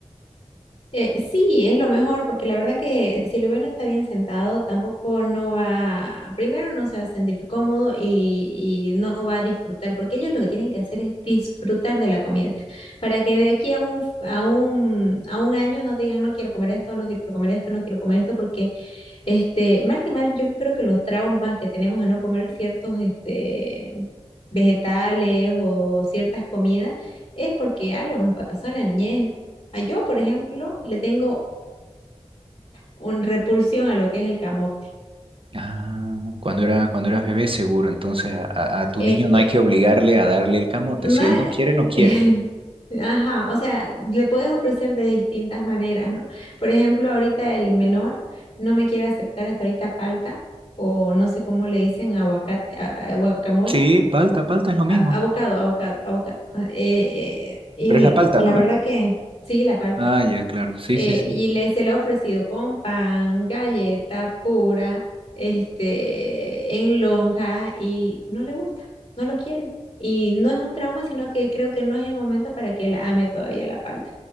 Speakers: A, on the left (about 50°); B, on the right (about 50°).
A: Eh, sí, es lo mejor, porque la verdad que si el bebé no está bien sentado, tampoco no va, primero no se va a sentir cómodo y, y no va a disfrutar, porque ellos lo que tienen que hacer es disfrutar de la comida, para que de aquí a un, a un, a un año no digan, no quiero comer esto, no quiero comer esto, no quiero comer esto, porque este, mal que mal, yo creo que los traumas que tenemos de no comer ciertos este, vegetales o ciertas comidas es porque algo nos pasó en la niñez. A yo, por ejemplo, le tengo una repulsión a lo que es el camote.
B: Ah, cuando era, cuando eras bebé, seguro. Entonces, a, a- a tu
A: Eh,
B: niño no
A: eh,
B: hay que obligarle a darle el camote.
A: ma-
B: Si él no quiere, no quiere.
A: <laughs> Ajá, o sea, le puedes ofrecer de distintas maneras, ¿no? Por ejemplo, ahorita el menor no me quiere aceptar hasta ahorita palta o no sé cómo le dicen aguacate, a- a- guacamole
B: Sí, palta, palta es lo mismo.
A: a- abocado, abocado, abocado. Ah, eh, eh, y
B: Pero es la palta,
A: la
B: ¿no? ve?
A: verdad que sí, la palta.
B: Ah, ya, claro. Sí,
A: Eh,
B: sí, sí.
A: y le, se la ha ofrecido con pan, galleta pura, este, en lonja y no le gusta, no lo quiere. Y no es un trauma, sino que creo que no es el momento para que él ame todavía la palta.